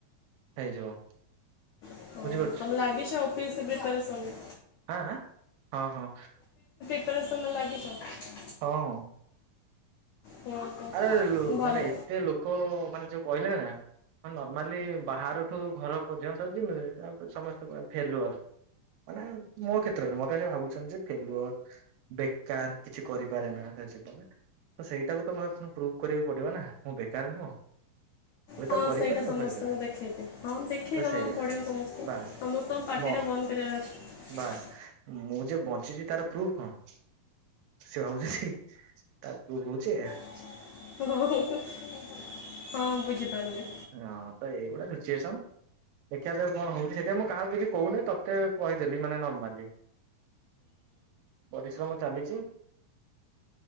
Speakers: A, on the right; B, on the left.
A: ହେଇଯିବ
B: ହଁ,
A: ବୁଝିପାରୁଛୁ
B: ତମେ ଲାଗିଛ ଓପିଏସ୍ସି ପ୍ରିପାରେସନ୍ରେ
A: ଆଁ ଆଁ ହଁ ହଁ।
B: <unintelligible> ଲାଗିଚ।
A: ହଁ।
B: ହଁ ହଁ
A: ଆଉ
B: ଭଲ
A: ମାନେ ଏତେ ଲୋକ ମାନେ ଯୋଉ କହିଲେଣି ନା। ହ ନର୍ମାଲି ବାହାରଠୁ ଘର ପର୍ଯ୍ୟନ୍ତ ଯେ ସମସ୍ତଙ୍କର ଫେଲୁଅର୍ ମାନେ ମୋ କ୍ଷେତ୍ରରେ ମତେ ଭାବୁଛନ୍ତି ଯେ ଫେଲୁଅର୍ ବେକାର କିଛି କରିପାରେ ନା ତ ସେଇଟାକୁ <unintelligible> ପୁଣି ପ୍ରୁଭ କରିବାକୁ ପଡିବ ନା ମୁଁ ବେକାର ନୁହଁ। ହୁଏତ
B: ହଁ
A: କରିପାରେ
B: ସେଇଟା ସମସ୍ତଙ୍କୁ
A: ନ କରିପାରେ
B: ଦେଖେଇଦିଅ ହଁ ଦେଖେଇ
A: ତ
B: ଦବାକୁ
A: ସେଇଆ
B: ପଡିବ ସମସ୍ତଙ୍କୁ
A: ବାସ୍
B: ସମସ୍ତଙ୍କ ପାଟି
A: ମୁଁ
B: ଟା ବନ୍ଦ କରିବାର ଅଛି।
A: ବାସ୍ ମୁଁ ଯେ ବଞ୍ଚିଛି ତାର ପ୍ରୁଫ କଣ ସେ ଭାବୁଛି ସିଏ ତାକୁ କହୁଚି
B: ହିଁ ହଁ ହଁ ବୁଝି ପାରିଲି।
A: ହଁ ତ ଏଇଗୁଡ଼ା ସିଚୁଏସନ୍ ଦେଖିବା ଯେ କଣ ହଉଛି ସେଥିପାଇଁ ମୁଁ କାହାକୁ କିଛି କହୁନି ତୋତେ କହିଦେଲିି ମାନେ ନର୍ମାଲି। ପରିଶ୍ରମ ଚାଲିଛି।